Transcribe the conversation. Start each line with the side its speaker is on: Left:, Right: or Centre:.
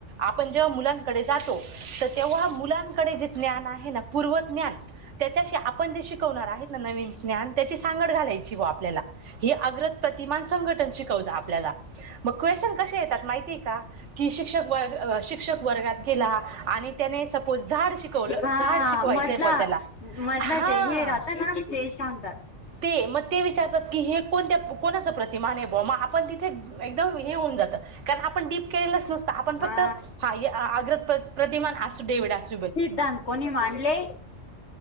Right: आपण जेव्हा मुलांकडे जातो तर तेव्हा मुलांकडे जे ज्ञान आहे ना पूर्व ज्ञान त्याच्याशी आपण जे शिकवणार आहेत ना नवीन ज्ञान त्याची सांगड घालायची व आपल्याला हे अग्रत प्रतिमान संघटन शिकवत आप क् केत माहिती का की शिक्षक व शिक्षक वर्ात गेला आणि त्याने सपोज झाड शिकवलं
Left: हा
Right: झाड शिकवायचंय
Left: मधला
Right: बुवा त्याला
Left: मधलं
Right: हा
Left: ज हे राहता ना शेष सांतात
Right: ते मग ते विचारतात की हे कोणत्या कोणाचा प्रतिमा नाही भा मग आपण एकदम हे होऊन जात कारण आपण डीप केलेलंच नसतं आपण
Left: हा
Right: फक्त हाग्र प्रिमान असू डेवड असू
Left: सिद्धांत कोणी मांडले